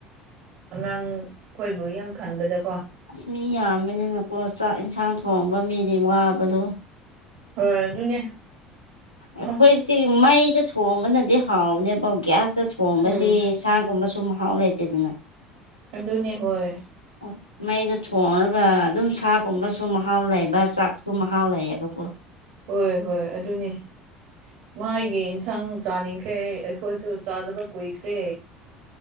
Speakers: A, on the right (about 55°); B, on the left (about 85°).
A: ꯑꯉꯥꯡ ꯈꯣꯏꯕꯨ ꯌꯥꯝ ꯈꯟꯕꯗꯀꯣ
B: ꯑꯁ ꯃꯤ ꯌꯥꯝꯕꯅꯤꯅꯀꯣ ꯆꯥꯛ ꯏꯟꯁꯥꯡ ꯊꯣꯡꯕ ꯃꯤꯗꯤ ꯋꯥꯕꯗꯣ
A: ꯍꯣꯏ ꯑꯗꯨꯅꯦ
B: ꯑꯩꯈꯣꯏꯁꯤ
A: ꯑꯁ
B: ꯃꯩꯗ ꯊꯣꯡꯕꯅꯗꯤ ꯍꯥꯎꯅꯦꯕ ꯒ꯭ꯌꯥꯁꯇ ꯊꯣꯡꯕꯗꯤ
A: ꯎꯝ
B: ꯁꯥꯒꯨꯝꯕꯁꯨ ꯃꯍꯥꯎ ꯂꯩꯇꯦꯗꯅ
A: ꯑꯗꯨꯅꯦ ꯍꯣꯏ
B: <unintelligible> ꯃꯩꯗ ꯊꯣꯡꯉꯒ ꯑꯗꯨꯝ ꯁꯥꯒꯨꯝꯕꯁꯨ ꯃꯍꯥꯎ ꯂꯩꯕ ꯆꯥꯛꯁꯨ ꯃꯍꯥꯎ ꯂꯩꯌꯦꯕꯀꯣ
A: ꯍꯣꯏ ꯍꯣꯏ ꯑꯗꯨꯅꯦ ꯃꯥꯥꯏꯒꯤ ꯏꯟꯁꯥꯡ ꯆꯥꯅꯤꯡꯈ꯭ꯔꯦ ꯑꯩꯈꯣꯏꯁꯨ ꯆꯥꯗꯕ ꯀꯨꯏꯈ꯭ꯔꯦ